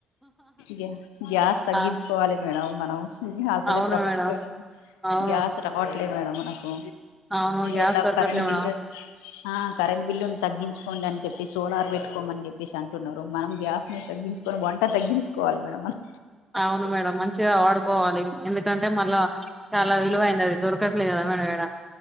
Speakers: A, on the left (about 75°); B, in the centre.
A: గ్యా గ్యాస్ తగ్గించుకోవాలె
B: ఆ
A: మేడం మనమ్స్ అసలే
B: అవును
A: ప్రపంచంలో
B: మేడం అవును
A: గ్యాస్ రావట్ అదే మేడం మనకు
B: అవును గ్యాస్
A: ఎలాక్
B: దొరకట్లే
A: కరెంట్ బిల్
B: మేడం
A: ఆ కరెంట్ బిల్లు తగ్గించుకోండి అని చెప్పి సోలర్ పెట్టుకోమని చెప్పేసి అంటున్నారు మనం గ్యాస్ ని తగ్గించుకొని వంట తగ్గించుకోవాలి మేడం మనం
B: అవును మేడం మంచిగా వాడుకోవాలి ఎందుకంటే మళ్ళా చాలా విలువయినది అది దొరకట్లేదు కాద మేడం ఎడ